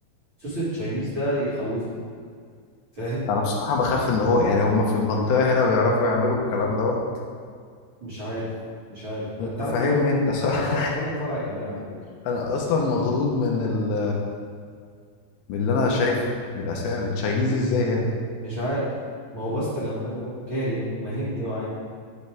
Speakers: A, on the right; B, on the left.
A: صوص التشاينيز ده يخوفني فاهم
B: انا بصراحة بخاف ان هو يعني هم في المنطقة هنا بيعرفوا يعملوا الكلام دوت
A: مش عارف مش عارف ب-
B: انت
A: تعرف
B: فاهمني
A: ان هم
B: انت صح
A: فتحوا فرع فتحوا فرع كمان على فكره
B: <laughs> انا اصلا مخضوض من ال من اللي انا شايفه من الاسامي التشاينيز ازاي هنا
A: مش عارف ما هو باستا جمبري اهو كاري اهو ما هندي اهو عادي